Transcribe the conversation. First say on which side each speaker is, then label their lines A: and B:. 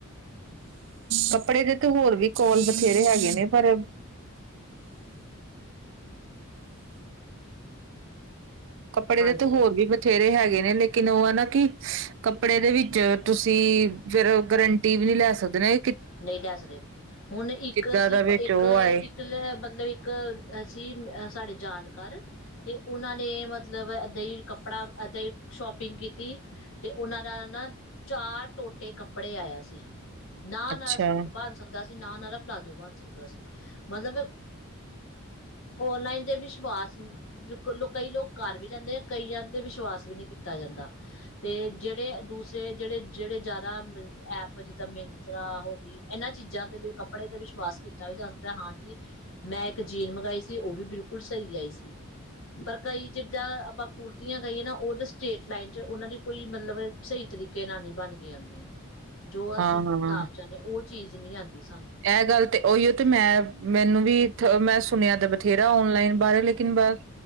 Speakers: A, on the right; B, on the left.
A: ਕੱਪੜੇ ਦੇ ਤੇ ਹੋਰ ਵੀ ਕੋਲ ਬਥੇਰੇ ਹੈਗੇ ਨੇ ਪਰ ਕੱਪੜੇ
B: ਹਾਂਜੀ
A: ਦੇ ਤੇ ਹੋਰ ਵੀ ਬਥੇਰੇ ਹੈਗੇ ਨੇ ਲੇਕਿਨ ਉਹ ਹੈ ਨਾ ਕਿ ਕੱਪੜੇ ਦੇ ਵਿੱਚ ਤੁਸੀਂ ਫੇਰ ਗਰੰਟੀ ਵੀ ਨਹੀ ਲੈ ਸਕਦੇ ਨੇ
B: ਨਹੀਂ ਲੈ ਸਕਦੇ ਹੁਣ ਇੱਕ
A: ਕਿੱਦਾਂ
B: ਅਸੀਂ
A: ਦਾ ਵਿੱਚ
B: ਇੱਕ
A: ਉਹ ਆਏ
B: ਇੱਕ ਲ ਮਤਲਬ ਇੱਕ ਸੀਂ ਸਾਡੇ ਜਾਨ ਕਰ ਤੇ ਉਹਨਾਂ ਨੇ ਮਤਲਬ ਮਤਲਬ ਅੱਧਾਂ ਹੀ ਕੱਪੜਾ ਅੱਧ ਸ਼ੋਪਿੰਗ ਕੀਤੀ ਤੇ ਉਹਨਾਂ ਦਾ ਨਾ ਚਾਰ ਟੋਟੇ ਕੱਪੜੇ ਆਇਆ ਸੀ ਨਾ
A: ਅੱਛਾ
B: ਸੂਟ ਬਣ ਸਕਦਾ ਸੀ ਨਾ ਉਹ ਦਾ ਪਲਾਜ਼ੋ ਬਣ ਸਕਦਾ ਸੀਂ ਮਤਲਬ ਓਨਲਾਈਨ ਤੇ ਵਿਸ਼ਵਾਸ ਕਈ ਲੋਕ ਕਰ ਵੀ ਲੈਂਦੇ ਕਈਆਂ ਤੇ ਵਿਸ਼ਵਾਸ ਵੀ ਨਹੀ ਤਾ ਜਾਂਦਾ ਤੇ ਜਿਹੜੇ ਦੂਸਰੇ ਜਿਹੜੇ ਜਿਹੜੇ ਜ਼ਿਆਦਾ ਐਪ ਜਿੱਦਾਂ ਮਿੰਤਰਾ ਇਹਨਾਂ ਚੀਜ਼ਾਂ ਤੇ ਵੀ ਕੱਪੜੇ ਤੇ ਵਿਸ਼ਵਾਸ ਕੀਤਾ ਵੀ ਜਾ ਸਕਦਾ ਹਾਂਜੀੀ ਮੈਂ ਇੱਕ ਜੀਨ ਮੰਗਵਾਈ ਸੀ ਉਹ ਵੀ ਬਿਲਕੁਲ ਸਹੀ ਆਈ ਸੀ ਪਰ ਕਈ ਜਿਦਾਂ ਆਪਾਂ ਕੁੜਤੀਆਂ ਕਹੀਏ ਨਾ ਉਹਦੇ ਸਟੇਟ ਲਾਈਨ ਚ ਉਹਨਾਂ ਦੀ ਕੋਈ ਮਤਲਬ ਸਹੀ ਤਰੀਕੇ ਨਾਲ ਨਹੀਂ ਬਣ ਕੇ ਆਉਂਦੀਆਂ ਜੋ ਅਸੀਂ
A: ਹਾਂ-ਹਾਂ
B: ਨਾ ਤੇ ਉਹ ਚੀਜ਼ ਨਹੀਂ ਆਉਂਦੀ ਸੀ
A: ਇਹ ਗੱਲ ਤੇ ਉਹੀਓ ਤੇ ਮੈਂ ਮੈਨੂੰ ਵੀ ਮੈਂ ਸੁਣਿਆ ਤਾਂ ਬਥੇਰਾ ਔਨਲਾਈਨ ਬਾਰੇ ਲੇਕਿਨ ਬਸ